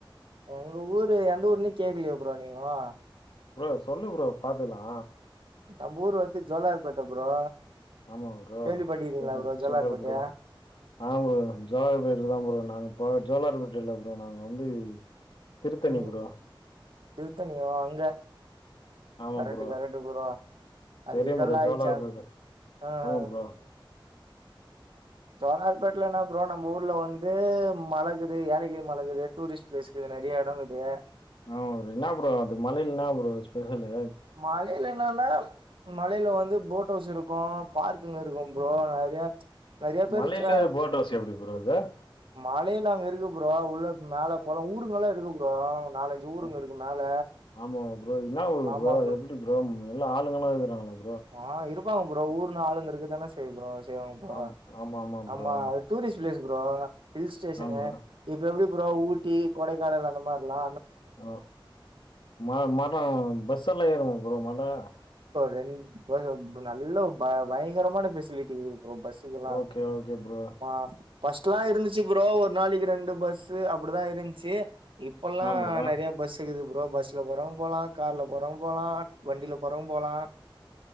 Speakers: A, on the right (about 75°); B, on the left (about 70°).
A: எங்க ஊரு எந்த ஊர்னே கேக்லியே ப்ரோ நீங்கோ
B: ப்ரோ சொல்லு ப்ரோ பாத்துக்லா
A: நம்ப ஊரு வந்து ஜோலார்பேட்ட ப்ரோ
B: ஆமா ப்ரோ
A: கேள்விப்பட்டிருக்கீங்களா
B: superb
A: bro Jolarpettai
B: super bro ஆ ப்ரோ ஜோலார்பேட்டில்தா ப்ரோ நாங்க இப்போ ஜோலார்பே ட்டில்ல ப்ரோ நாங்க வந்து திருத்தணி
A: ம்
B: ப்ரோ.
A: திருத்தணி‌ ஓ அங்க
B: ஆமா
A: கரெட்டு
B: ப்ரோ.
A: கரெட்டு ப்ரோ அந்த
B: தெரியும்
A: இதெல்லா
B: ப்ரோ. ஜோலார்பேட்.
A: ஆயிச்சாங் அ
B: ஆமா
A: அ
B: ப்ரோ.
A: அ அ ஜோலார்பேட்ல என்னா ப்ரோ நம்ப ஊர்ல வந்து மலக்குது ஏலகிரி மலக்குது டூரிஸ்ட் ப்ளேஸுகு இது நெறிய எடோங்குது
B: ஆமா ப்ரோ என்னா ப்ரோ அது மலையில்னா ஒரு ஸ் பெசலு
A: மலையில என்னான்னா மலையில வந்து போட் ஹவுஸ் இருக்கு பார்க்குங்க இருக்கும் ப்ரோ நறிய நெறையா பேரு
B: மலையில
A: ச்ச
B: போட் ஹவுஸ் எப்படி ப்ரோ அது?
A: மலையில அங்க இருக்கு ப்ரோ உள்ள மேல கொளோ ஊருங்கல்லா இருக்கு ப்ரோ நாலஞ்சு ஊருங்க
B: அ
A: இருக்கு மேல
B: ஆமாவா புரோ இன்னா ஊரு
A: ஆமா
B: புரோ
A: ப்ரோ
B: எப்பிடி புரோம் ம் எல்லா ஆளுங்கள்லா இருக்கறாங்களா
A: ஆ இரு ப்பாங்க ப்ரோ ஊர்னா ஆளுங்க இருக்க தான செய்யு ப்ரோ ஸ் செய்வாங்ப்பா
B: ஆம் ஆமாமா
A: ஆமா
B: ப்ரோ.
A: அது டூரிஸ்ட் பிளேஸ் தோ ஹில் ஸ்டேஷனு
B: ஆமா ப்ரோ.
A: இது எப்டிப் அப்புறோ ஊட்டி கொடைக்கானல் அந்த மார்லா
B: ஓ மா-மரோ பஸ்ட் த்துல்லா ஏறு போதும்மடா
A: ரெண் இப்ப அந்த நல்ல ப பயங்கரமான பெசிலிட்டி அப்பறோ பஸ்ஸுகெல்லா
B: ஓகே, ஓகே ப்ரோ.
A: பாஸ் பஸ்ட்டுலா இருந்துச்சு ப்ரோ ஒரு நாளைக்கி ரெண்டு பஸ்ஸு அப்புடிதா இருந்ச்சு இப்பல்லா
B: ஆமா ப்ரோ.
A: நறைய பஸ்ஸுருக்குது ப்ரோ ப்ரோ பஸ்ல போறவங்க போலா கார்ல போறவங்க போலா போறவங் போலா